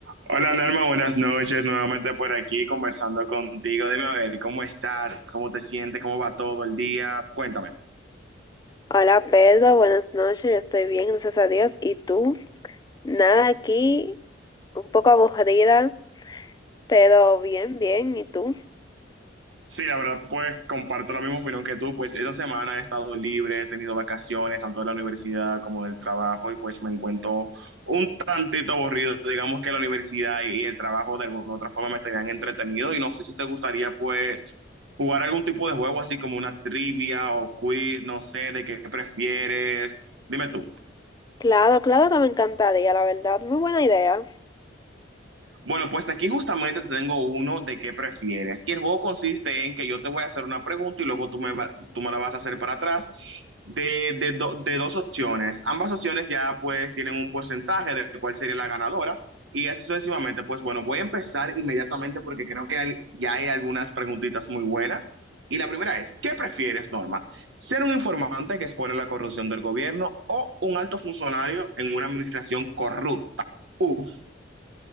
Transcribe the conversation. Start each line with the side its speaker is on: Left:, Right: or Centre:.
Right: Hola Norma, buenas noches. Nuevamente por aquí conversando contigo. Dime a ver, ¿cómo estás? ¿Cómo te sientes? ¿Cómo va todo el día? Cuéntame.
Left: Hola Pedro, buenas noches, yo estoy bien, gracias a Dios. ¿Y tú? Nada aquí, un poco aburrida, pero bien, bien. ¿Y tú?
Right: Sí, la verdad, pues comparto la misma opinión que tú. Pues esa semana he estado libre, he tenido vacaciones, tanto de la universidad como del trabajo, y pues me encuentro un tantito aburrido. Digamos que la universidad y y el trabajo de alguna u otra forma me tenían entretenido, y no sé si te gustaría, pues, jugar algún tipo de juego así como una trivia o quiz, no sé, de qué prefieres. Dime tú.
Left: Claro, claro que me encantaría, la verdad, muy buena idea.
Right: Bueno, pues aquí justamente te tengo uno de qué prefieres. Y el juego consiste en que yo te voy a hacer una pregunta y luego tú me, va- tú me la vas a hacer para atrás de, de do- de dos opciones. Ambas opciones ya pues tienen un porcentaje de cuál sería la ganadora y así sucesivamente. Pues bueno, voy a empezar inmediatamente porque creo que hay- ya hay algunas preguntitas muy buenas. Y la primera es, ¿qué prefieres, Norma? ¿Ser un informante que expone la corrupción del gobierno o un alto funcionario en una administración corrupta? Uf,